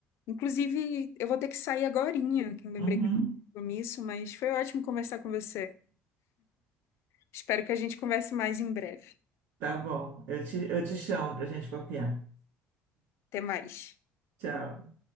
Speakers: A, on the left; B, on the right.
A: Inclusive, eu vou ter que sair agorinha, que eu lembrei
B: Uhum.
A: que eu tinha um compromisso, mas foi ótimo conversar com você. Espero que a gente converse mais em breve.
B: Tá bom, eu te, eu te chamo para gente copiar.
A: Até mais.
B: Tchau.